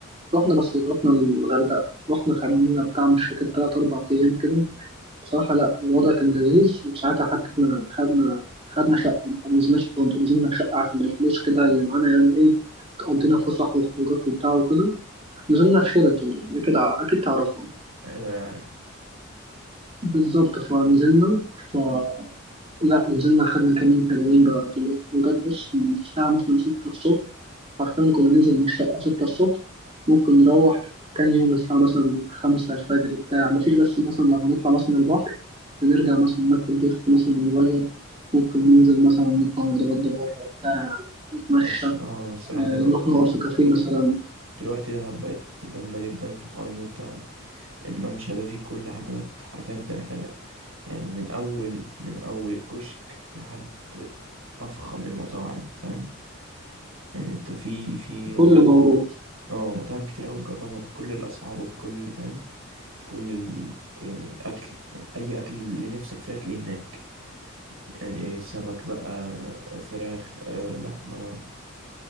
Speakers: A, on the right; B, on the right.
A: رحنا بس رحنا الغردقة رحنا خدنا بتاع مش فاكر تلات أربع أيام كده بصراحة لأ الوضع كان لذيذ وساعتها حتى إحنا خدنا خدنا شقة ما نزلناش في فندق نزلنا في شقة عشان الفلوس كده اللي معانا يعني إيه تقضينا فسح وخروجات وبتاع وكده نزلنا في شيراتون يعني أكيد ع- أكيد تعرفهم
B: أيوة أيوة، عارف
A: بالظبط فنزلنا ف لا نزلنا خدنا كمين حلوين بقى في بجد بص من الساعة مثلا ستة الصبح حرفيا كنا ننزل من الشقة ستة الصبح ممكن نروح كان يوم الساعة مثلا خمسة الفجر بتاع مفيش بس مثلا لو هنطلع مثلا البحر بنرجع مثلا ناخد دش مثلا ونغير ممكن ننزل مثلا نطلع نتغدى بره بتاع نتمشى
B: بس الصراحة الصراحة
A: آه،
B: دلوقتي
A: نروح
B: دلوقتي
A: نقعد في كافيه مثلا
B: دلوقتي دهب بقت جامدة جدا في حوار إن أنت الممشى ده فيه كل حاجة حرفيا أنت محتاجها يعني من أول من أول الكشك لحد أفخم المطاعم فاهم يعني أنت في في مطاعم
A: كل موجود
B: اه مطاعم كتير أوي تجربها بكل الأسعار وبكل فاهم كل ال... يعني الأكل يعني أي أكل اللي نفسك فيه هتلاقيه هناك يعني سمك بقى فراخ آه، لحمة